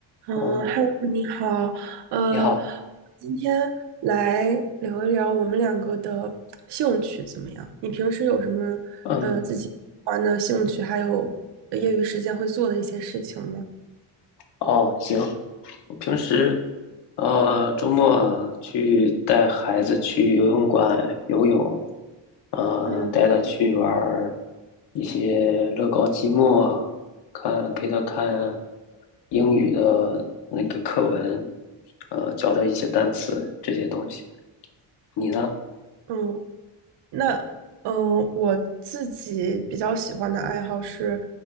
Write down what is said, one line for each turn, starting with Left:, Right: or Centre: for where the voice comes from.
Right: 嗯，Hello，
Left: 哦，
Right: 你好，呃，
Left: 你好，
Right: 今天来聊一聊我们两个的兴趣怎么样？你平时有什么呃自己玩的兴趣，
Left: 嗯，
Right: 还有呃业余时间会做的一些事情吗？
Left: 哦，行，我平时呃周末去带孩子去游泳馆游泳，呃，
Right: 嗯
Left: 带他去玩儿一些乐高积木啊，看陪他看英语的那个课文，呃，教他一些单词这些东西。你呢？
Right: 嗯，那嗯，呃我自己比较喜欢的爱好是，